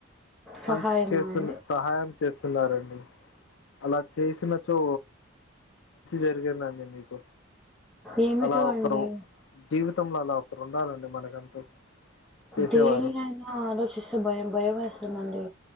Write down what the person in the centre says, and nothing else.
సహాయమా
అండి
ఏమిటో
అండి
దేనినైనా ఆలోచిస్తే భయం భయం వేస్తుందండి